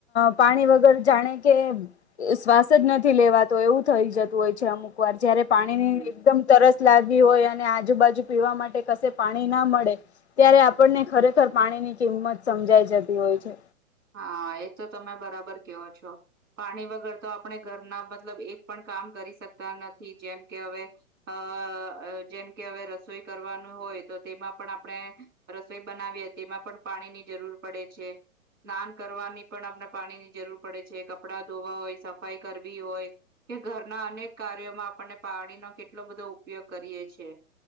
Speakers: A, on the left; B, on the right.
A: પાણી વગર જાણે કે શ્વાસ જ નથી લેવાતો એવું થઈ જતું હોય છે, અમુક વાર જયારે
B: હમ
A: પાણી ની એકદમ તરસ લાગી હોય અ ને આજુબાજુ પીવા માટે કસે પાણી ના મળે ત્યારે આપણને ખરેખર પાણી ની કિંમત સમજાઈ જતી હોય છે.
B: હા એ તો તમે બરાબર કેવો છો. પાણી વગર તો આપણે ઘરના મતલબ એક પણ કામ કરી શકતા નથી જેમ કે હવે અ જેમ કે હવે રસોઈ કરવાનું હોય તો તેમાં પણ આપણે રસોઈ બનાવી હતી તેમાં પણ પાણી ની જરૂર પડે છે. સ્નાન કરવાની પણ આપને પાણીની જરૂર પડે છે, કપડા ધોવા હોય, સફાઈ કરવી હોય કે ઘરના અનેક કાર્યોમાં આપને પાણીનો કેટલો બધો ઉપયોગ કરીએ છે.